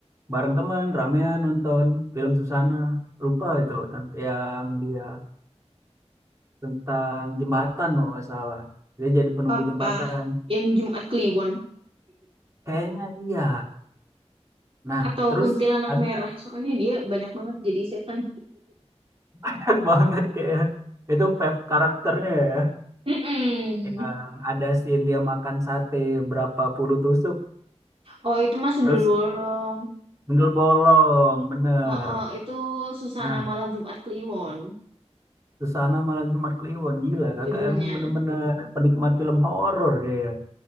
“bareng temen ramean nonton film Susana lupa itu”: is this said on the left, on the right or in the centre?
Right